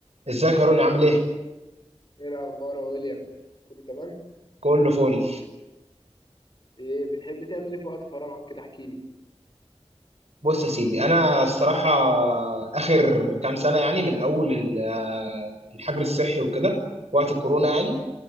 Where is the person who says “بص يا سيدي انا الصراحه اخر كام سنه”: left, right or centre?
Right